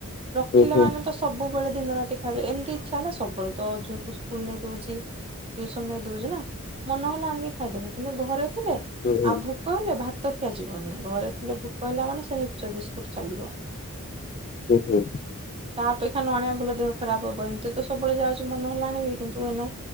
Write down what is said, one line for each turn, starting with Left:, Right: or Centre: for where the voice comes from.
Right: ରଖିଲେ
Left: ଓହୋ
Right: ମାନେ ତ ସବୁବେଳେ ଦିନରାତି ଖାଇବେ। ଏମତି ଇଚ୍ଛା ହେଲା ସବୁବେଳେ ତ ଝିଅକୁ ସ୍କୁଲ ନେଇ ଦଉଚି। ଟିଉସନ୍ ନେଇ ଦଉଚି ନା। ମନହେଲା ଆଣିକି ଖାଇଦବୁ। କିନ୍ତୁ ଘରେ ଥିଲେ
Left: ଓହୋ
Right: ଆଉ ଭୋ କ ହେଲେ ଭାତ ଖିଆ ଯିବନି। ଘରେ ଥିଲେ ଭୋକ ହେଲା ମାନେ ସେ ମିକ୍ସଚର ବିସ୍କୁଟ୍ ଚାଲିବ।
Left: <unintelligible>
Right: ତା ଅପେକ୍ଷା ନ ଆଣିବା ଭଲ ଦେହ ଖରାପ ହବ। ଏମତି ତ ସବୁବେଳେ ଯାଉଚି ମନହେଲେ ଆଣିବି। କିନ୍ତୁ ଏଇନା